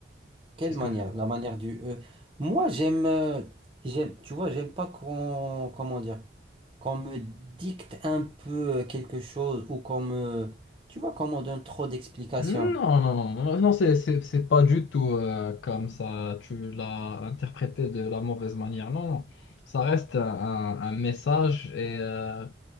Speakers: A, on the right; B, on the left.
A: Quelle
B: C'est ce
A: manière?
B: que je...
A: La manière du euh, Moi, j'aime, euh, j'aime, tu vois, j'aime pas qu'on, comment dire, qu'on me dicte un peu euh, quelque chose ou qu'on me, tu vois, qu'on me donne trop d'explications.
B: Non, non, non, non, c'est c'est- c'est pas du tout euh, comme ça. Tu l'as interprété de la mauvaise manière. Non, non. Ça reste un, un- un message et euh,